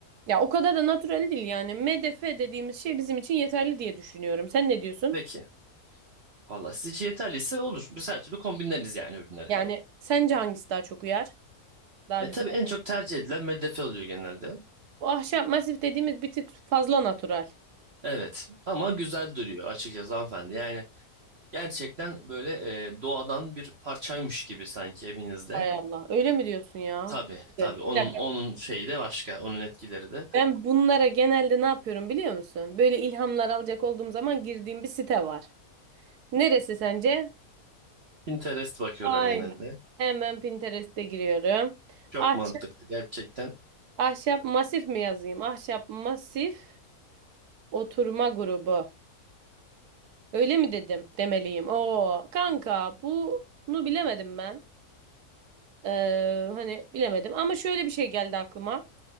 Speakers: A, on the right; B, on the right.
A: Ya o kadar da natural değil yani. MDF dediğimiz şey bizim için yeterli diye düşünüyorum. Sen ne diyorsun?
B: Peki. Valla siz için yeterliyse olur. Biz her türlü kombinleriz yani ürünleri.
A: Yani sence hangisi daha çok uyar? Daha
B: E
A: güzel.
B: tabii en çok tercih edilen MDF oluyor genelde.
A: Bu ahşap masif dediğimiz bir tık fazla natural.
B: Evet ama güzel duruyor açıkçası hanımefendi. Yani gerçekten böyle e, doğadan bir parçaymış gibi sanki evinizde.
A: Hay Allah. Öyle mi diyorsun ya?
B: Tabii tabii
A: Bir
B: onun
A: dakika.
B: onun şeyi de başka onun etkileri de.
A: Ben bunlara genelde ne yapıyorum biliyor musun? Böyle ilhamlar alacak olduğum zaman girdiğim bir site var. Neresi sence?
B: Pinterest bakıyorlar
A: Aynen.
B: genelde.
A: Hemen Pinterest'e giriyorum.
B: Çok
A: Ahşap,
B: mantıklı gerçekten.
A: ahşap masif mi yazayım? Ahşap masif oturma grubu. Öyle mi dedim demeliyim. Oo kanka bunu bilemedim ben. Ee, hani bilemedim ama şöyle bir şey geldi aklıma.